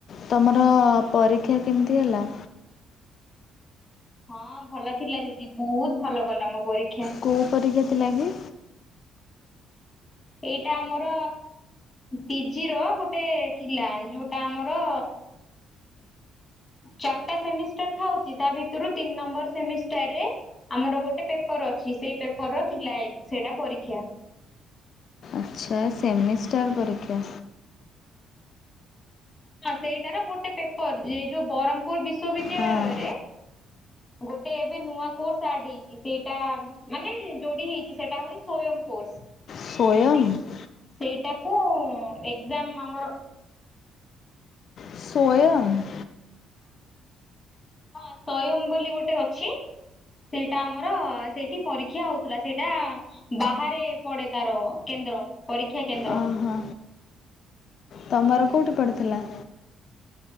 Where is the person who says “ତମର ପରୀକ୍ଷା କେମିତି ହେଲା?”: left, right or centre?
Left